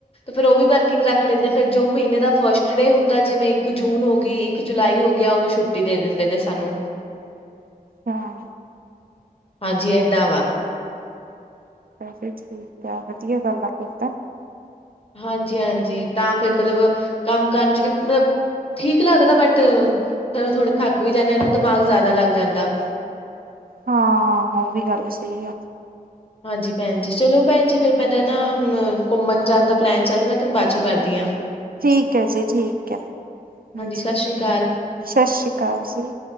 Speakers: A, on the left; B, on the right.
A: ਫਿਰ ਉਹ ਵੀ ਵਰਕਿੰਗ ਰੱਖ ਲੈਂਦੇ, ਫੇਰ ਜੋ ਮਹੀਨੇ ਦਾ ਫਸਟ ਡੇ ਹੁੰਦਾ, ਜਿਵੇਂ ਇੱਕ ਜੂਨ ਹੋ ਗਈ ਇੱਕ ਜੁਲਾਈ ਹੋ ਗਿਆ, ਉਹਨੂੰ ਛੁੱਟੀ ਦੇ ਦਿੰਦੇ ਨੇ ਸਾਨੂੰ
B: ਹਾਂ
A: ਹਾਂਜੀ ਏਦਾਂ
B: ਠੀਕ ਹੈ
A: ਵਾ
B: ਜੀ ਠੀਕ ਆ, ਵਧੀਆ ਗੱਲ ਆ ਫਿਰ ਤਾਂ
A: ਹਾਂਜੀ-ਹਾਂਜੀ, ਤਾਂ ਫਿਰ ਮਤਲਬ ਕੰਮ ਕਰਨ ਚ ਵੀਤ ਠੀਕ ਲੱਗਦਾ ਬਟ, ਥੋੜੇ ਥੱਕ ਵੀ ਜਾਂਦੇ ਆ ਨਾ, ਦਿਮਾਗ ਜ਼ਿਆਦਾ ਲੱਗ ਜਾਂਦਾ <unintelligible>
B: ਹਾਂ, ਉਹ ਵੀ ਗੱਲ ਸਹੀ ਆ
A: ਹਾਂਜੀ, ਭੈਣ ਜੀ ਚਲੋ ਭੈਣ ਜੀ, ਫੇਰ ਮੈਂਨੇ ਨਾ ਹੁਣ ਘੁੰਮਣ ਜਾਣ ਦਾ ਪਲੈਨ ਚੱਲ ਰਿਹਾ, ਮੈਂ ਤੁਹਾਨੂੰ ਬਾਅਦ ਚੋਂ ਕਰਦੀ ਹਾਂ
B: ਠੀਕ ਹੈ ਜੀ, ਠੀਕ ਹੈ, ਹਾਂਜੀ
A: ਸਤਿ ਸ੍ਰੀ ਅਕਾਲ
B: ਸਤਿ ਸ੍ਰੀ ਅਕਾਲ ਜੀ